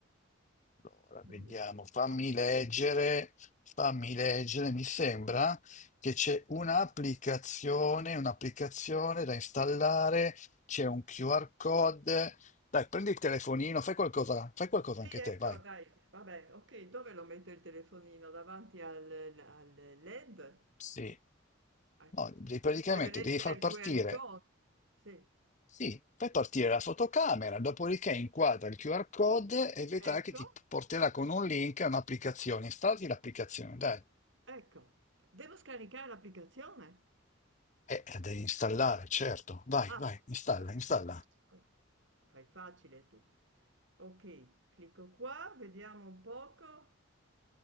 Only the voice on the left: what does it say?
Allora, vediamo,
fammi
leggere, fammi leggere. Mi sembra che c'è un'applicazione, un'applicazione da installare, c'è un QR code. Dai, prendi il telefonino, fai qualcosa, fai qualcosa
anche
te, vai.
Sì.
No, devi- praticamente
devi far
partire,
sì, fai partire
la fotocamera, dopodiché inquadra il QR code e vedrai
che ti porterà con un link a un'applicazione. Installati l'applicazione, dai.
Eh, la devi installare, certo. Vai,
vai, installa,
installa.